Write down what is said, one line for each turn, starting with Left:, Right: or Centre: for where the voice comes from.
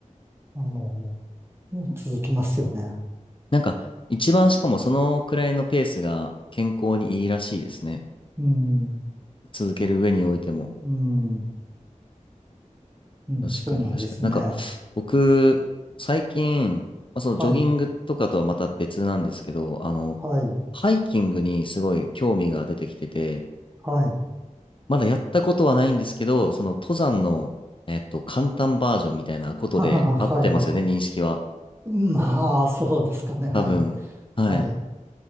Right: あの、続きますよね。
Left: なんか、一番しかもそのくらいのペースが健康にいいらしいですね。
Right: うん、
Left: 続ける上においても。
Right: うん、うん、
Left: 確かに確かに。
Right: そうなんですね。
Left: なんか、僕、最近、まあ、そのジョギングとかとはまた別なんですけど、
Right: はい、
Left: あの、
Right: はい、
Left: ハイキングにすごい興味が出てきてて、
Right: はい。
Left: まだやったことはないんですけど、その登山の、えっと、簡単バージョンみたいなことで合ってますよね、
Right: <laughs> ははははい、はい。
Left: 認識は。
Right: まあ、そうですかね。はい、
Left: 多分。はい。
Right: はい。